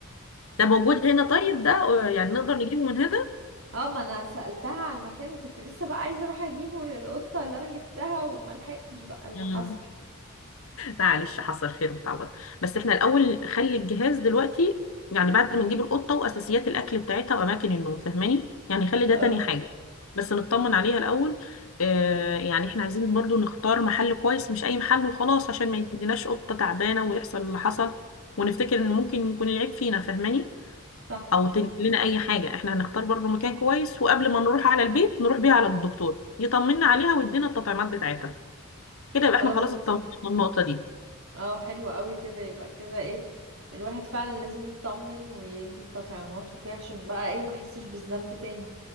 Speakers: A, on the left; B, on the right.
A: ده موجود هنا طيب ده آه، يعني نقدر نجيبه من هنا
B: اه ما انا سألتها على المكان وكنت لسه بقى عايزه اروح اجيبه للقطه اللي انا جبتها وملحقتش بقى اللي
A: آه.
B: حصل
A: معلش حصل خير وتعوض بس احنا الاول خلي الجهاز دلوقتي يعني بعد ما نجيب القطه واساسيات الاكل بتاعتها واماكن النوم فاهماني يعني خلي ده
B: اه
A: تاني حاجه بس نطمن عليها الاول آه يعني احنا عايزين برضو نختار محل كويس مش اي محل وخلاص عشان ما يديناش قطه تعبانه ويحصل اللي حصل ونفتكر ان ممكن يكون العيب فينا فاهماني
B: صح
A: او تنقل لنا اي حاجه احنا هنختار برضو مكان كويس وقبل ما نروح على البيت نروح بيها على الدكتور يطمنا عليها ويدينا التطعيمات بتاعتها كده يبقى
B: خلاص
A: احنا خلاص اطمننا من النقطه دي
B: اه حلو قوي كده يبقى كده ايه الواحد فعلا لازم يطمن ويدي التطعيمات وكده عشان بقى ايه ما احسش بالذنب تاني